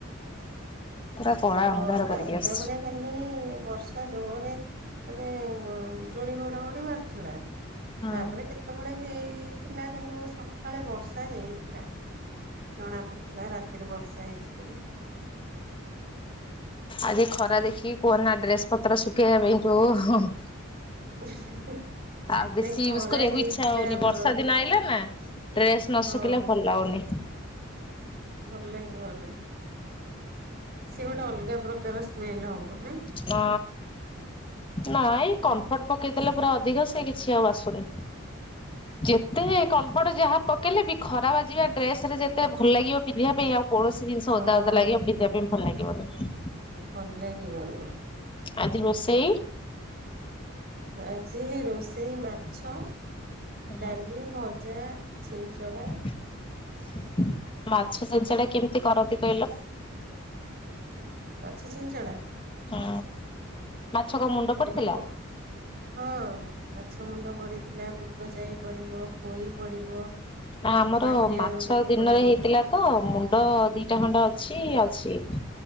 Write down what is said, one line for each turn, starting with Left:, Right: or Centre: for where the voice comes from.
Left: ପୁରା କଳା
Right: ହଁ
Left: ଅନ୍ଧାର କରିକି
Right: ବାରଟା
Left: ଆସିଛି।
Right: ବେଳେ ହେଲେ ବର୍ଷା ଜୋର୍ ରେ ମାନେ ବିଜୁଳି ଘଡ଼ଘଡ଼ି ମାରୁଥିଲା
Left: ହଁ।
Right: ତାପରେ କେତେବେଳେ ହେଇଥିଲା କିନ୍ତୁ ସକାଳେ ବର୍ଷା ହେଇଥିଲା। ଜଣାପଡୁଥିଲା ରାତିରେ ବର୍ଷା ହେଇଚି ବୋଲି।
Left: ଆଜି ଖରା ଦେଖିକି କୁହନା ଡ୍ରେସ ପତ୍ର ଶୁଖେଇବା ପାଇଁ ଯଉ
Right: <inaudible>
Left: ଆଉ ବେଶୀ
Right: ନାଇଁ ଖରା
Left: ୟୁଜ୍ କରିବାକୁ
Right: ହେଇଥିଲା
Left: ଇଚ୍ଛା ହଉନି
Right: ଆମର
Left: ବର୍ଷା ଦିନ ଆଇଲା ନା ଡ୍ରେସ ନ
Right: ହଁ
Left: ଶୁଖିଲେ ଭଲ ଲାଗୁନି।
Right: ଭଲ ଲାଗିବନି। ସେ ଗୋଟେ ଅଲଗା ପ୍ରକାର ସ୍ମେଲ ହବ।
Left: ନା। ନାଇଁ କମ୍ଫର୍ଟ ପକେଇ ଦେଲେ ପୁରା ଅଧିକ ସେ କିଛି ଆଉ ବାସୁନି। ଯେତେ କମ୍ପର୍ଟ ଯାହା ପକେଇଲେ ବି ଖରା ବାଜିବା ଡ୍ରେସ ରେ ଯେତେ ଭଲ ଲାଗିବ ପିନ୍ଧିବା ପାଇଁ ଆଉ କୌଣସି ଜିନିଷ
Right: ହଁ।
Left: ଓଦା ଓଦା ଲାଗିବ ପିନ୍ଧିବା ପାଇଁ ଭଲ ଲାଗିବନି।
Right: ଭଲ ଲାଗିବନି।
Left: ଆଜି ରୋଷେଇ?
Right: ଆଜି ରୋଷେଇ ମାଛ
Left: ହଁ
Right: ଡାଲି ଭଜା। ଛିଞ୍ଚଡ଼ା।
Left: ହ ମାଛ ଛିଞ୍ଚଡ଼ା କେମତି କରନ୍ତି କହିଲ?
Right: ମାଛ ଛିଞ୍ଚଡା?
Left: ହଁ ମାଛ କଣ ମୁଣ୍ଡ ପଡିଥିଲା?
Right: କେବେ କ ହଁ ମାଛ ମୁଣ୍ଡ ପଡ଼ିିଥିଲା ବୁଟ ଯାଇ ପଡ଼ିବ। ପୋଇ ପଡ଼ିବ।
Left: ଆମର
Right: ମାଟି
Left: ମାଛ
Right: ଆଳୁ ଟିକେ
Left: ଦିନରେ
Right: ପଡ଼ିବ
Left: ହେଇଥିଲା ତ ମୁ ଣ୍ଡ ଦିଟା ଖଣ୍ଡେ ଅଛି ଅଛି।